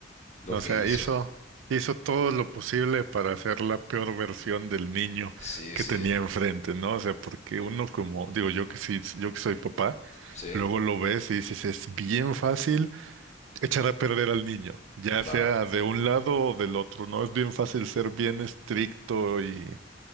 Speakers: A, on the left (about 40°); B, on the right (about 80°).
A: lo
B: O
A: que
B: sea,
A: hizo.
B: hizo, hizo todo lo posible para hacer la peor versión del niño
A: Sí,
B: que
A: sí,
B: tenía enfrente, ¿no? O sea, porque uno como, digo, yo que sí, yo que soy papá,
A: sí,
B: luego lo ves y dices, es bien fácil echar a perder al niño, ya
A: claro.
B: sea de un lado o del otro, ¿no? Es bien fácil ser bien estricto y,